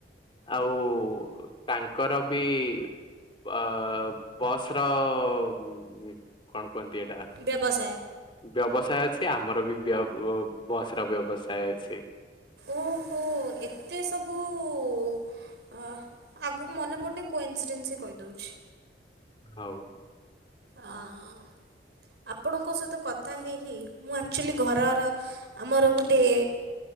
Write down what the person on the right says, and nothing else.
ବ୍ୟବସାୟ।
ଓହୋ ଏତେ ସବୁ ଅ ଆଗକୁ ମନେ ପଡୁନି କୋ ଇନ୍ସିଡେନ୍ସି କହିଦଉଛି।
ଆଁ ଆପଣଙ୍କ ସହିତ କଥା ହେଇ ହେଇ ମୁଁ ଆକଚୁଆଲି ଘରର ଆମର ଗୋଟେଏ